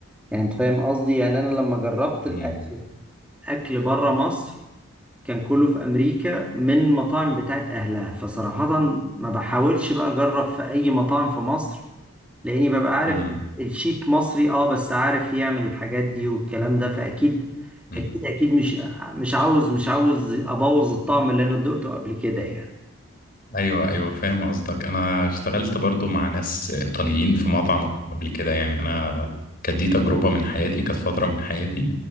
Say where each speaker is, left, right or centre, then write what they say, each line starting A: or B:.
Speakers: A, in the centre; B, on the left.
A: يعني انت فاهم قصدي يعني انا لما جربت الاكل
B: مم.
A: اكل بره مصر كان كله في امريكا من مطاعم بتاعت اهلها فصراحة ما بحاولش بقى اجرب في اي مطاعم في مصر لاني ببقى عارف
B: مم.
A: الشيف مصري اه بس عارف يعمل الحاجات دي والكلام ده فاكيد
B: مم.
A: اكيد اكيد مش مش عاوز مش عاوز ابوظ الطعم اللي انا دقته قبل كده يعني
B: ايوه ايوه فاهم قصدك انا اشتغلت برضو مع ناس ايطاليين في مطعم قبل كده يعني انا كانت دي تجربه من حياتي كانت فتره من حياتي